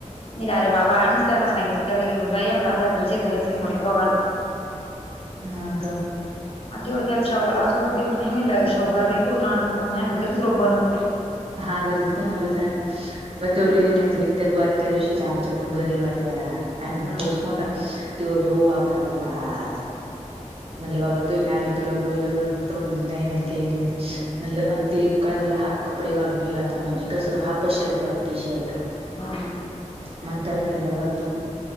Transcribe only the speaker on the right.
ह का
हा घरीच बनवलंत आम्ही त्योबी
म्हणजे तेगवा त्या दिशी ति आमच्याकून भरेल होत्या आम
पोहच नव्हतात तेव्हा विहबा भरला मणल बाबा तोय ना तुला ब नाही म्ह का नाही म्ह म्ह ते काय झालं हाफ कपडे घालून येलो आता म्हणजे कसं हाफ शर्ट ती शर्ट.
म्हणताल म्हणल बाबा तू